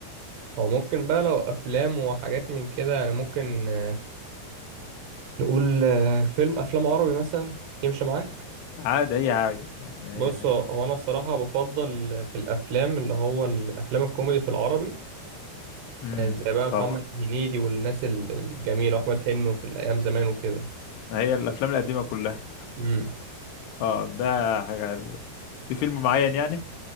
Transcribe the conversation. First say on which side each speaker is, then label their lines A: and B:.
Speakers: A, on the right; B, on the left.
A: هو ممكن بقى لو افلام وحاجات من كده يعني ممكن آه، نقول آه، فيلم افلام عربي مثلا يمشي معاك
B: عادي اي حاجه يعني
A: بص
B: اي حاجه
A: هو هو انا الصراحه بفضل آه، في الافلام اللي هو الافلام الكوميدي في العربي
B: امم
A: آه، زي بقى محمد
B: طبعا
A: هنيدي والناس ال- الجميله واحمد حلمي وفي الايام زمان وكده
B: هي الافلام القديمه كلها
A: امم
B: اه ده حاجه حلوه في فيلم معين يعني